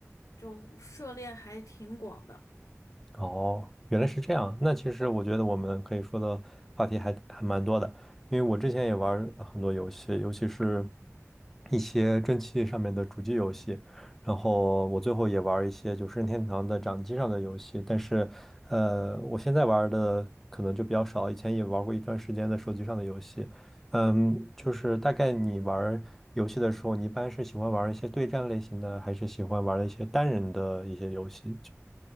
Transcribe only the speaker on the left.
就涉猎还挺广的。